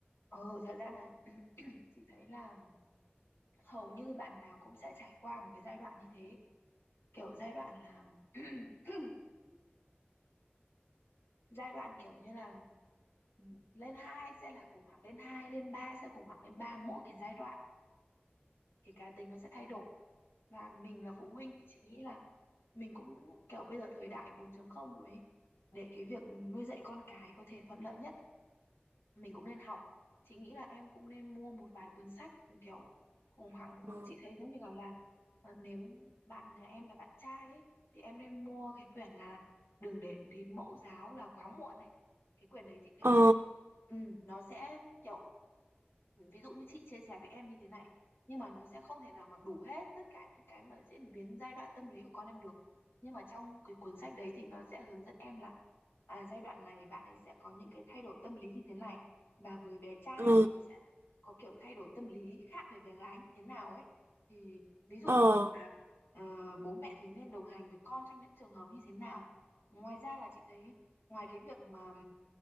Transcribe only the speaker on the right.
Ừ.
Ờ,
ờ,
ờ,